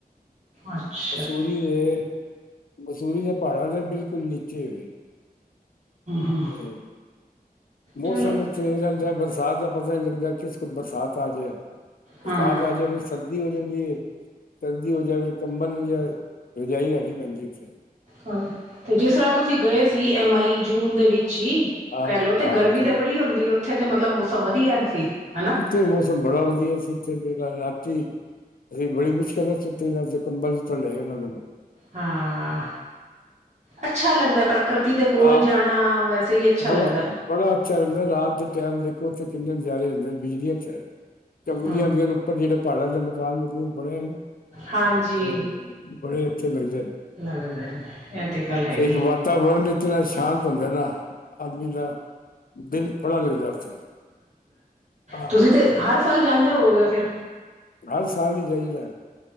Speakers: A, on the right; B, on the left.
A: ਅੱਛਾ।
B: ਮਸੂਰੀ ਦੇ ਮਸੂਰੀ ਦੇ ਪਹਾੜਾਂ ਦੇ ਬਿਲਕੁਲ, ਨੀਚੇ ਹੋਏ
A: ਹਮ
B: ਜ ਮੌਸਮ
A: ਚਲੋ
B: ਤੇ ਰਹਿੰਦਾ ਬਰਸਾਤ ਦਾ ਪਤਾ ਨੀ ਲੱਗਦਾ, ਕਿਸ ਬਰਸਾਤ ਆ ਜਾਏ ਬਰਸਾਤ
A: ਹਾਂ
B: ਆ ਜਾਏ, ਫਿਰ ਸਰਦੀ ਹੋ ਜਾਂਦੀ ਏ ਸਰਦੀ ਹੋ ਜਾਏ, ਫਿਰ ਕੰਬਲ ਜਾਂ ਰਜਾਈ ਲੈਹਿਣੀ ਪੈਂਦੀ ਉੱਥੇ
A: ਹਾਂ, ਤੇ ਜਿਸ ਤਰ੍ਹਾਂ ਤੁਸੀਂ ਗਏ
B: ਹਾਂ
A: ਸੀ। ਐ ਮਈ- ਜੂਨ ਦੇ ਵਿੱਚ ਈ
B: ਹਾਂ
A: ਕਹਿ ਲਓ ਤੇ,
B: ਹਾਂ
A: ਗਰਮੀ
B: ਜੋ
A: ਤੇ ਬੜੀ ਹੁੰਦੀ ਉੱਥੇ ਤੇ ਮਤਲਬ, ਮੌਸਮ ਵਧੀਆ ਸੀ ਹਨਾ
B: ਉਥੇ ਮੌਸਮ, ਬੜਾ ਵਧੀਆ ਸੀ ਉੱਥੇ ਰਾਤੀ ਅ ਬੜੀ ਮੁਸ਼ਕਿਲ ਨਾਲ, ਸੁਤੇ ਆ ਅਸੀਂ ਕੰਬਲ ਜਿਥੋਂ ਲਏ ਨਾਲੋਂ
A: ਹਾਂ, ਅੱਛਾ ਲੱਗਦਾ, ਪ੍ਰਕਿਰਤੀ ਦੇ ਕੋਲ
B: ਆ
A: ਜਾਣਾ ਵੈਸੇ ਹੀ ਅੱਛਾ
B: ਬੜਾ-
A: ਲੱਗਦਾ।
B: ਬੜਾ ਅੱਛਾ ਲੱਗਦਾ, ਰਾਤ ਦੇ ਟਾਈਮ ਦੇਖੋ ਥੇ ਕਿੰਨੇ ਨਜ਼ਾਰੇ, ਹੁੰਦੇ ਨੇ ਬਿਜਲੀ ਤੇ ਚਮਗਦੀਆਂ
A: ਹੂੰ।
B: ਆਉਂਦੀਆਂ ਨੇ ਉੱਪਰ, ਜਿਹੜੇ ਪਹਾੜਾਂ ਦੇ ਮਕਾਨ- ਮਕੂਨ ਬਣੇ ਨੇ
A: ਹਾਂਜੀ।
B: ਤੇ ਬੜੇ ਅੱਛੇ, ਲੱਗਦੇ ਨੇ
A: ਲੈਣੇ ਪਏ ਨੇ, ਇਹ ਤੇ ਗੱਲ ਹੈ ਹੀ
B: ਇੱਕ
A: ਏ
B: ਵਾਤਾਵਰਨ ਇਤਨਾ ਸ਼ਾਂਤ ਹੁੰਦਾ ਨਾ, ਆਦਮੀ ਦਾ ਦਿਲ ਬੜਾ ਲੱਗਦਾ ਉੱਥੇ ਹਾਂ
A: ਤੁਸੀਂ ਤੇ, ਹਰ ਸਾਲ ਜਾਂਦੇ, ਹੋਵਗੇ ਫਿਰ
B: ਹਰ ਸਾਲ ਹੀ ਜਾਈਦਾ,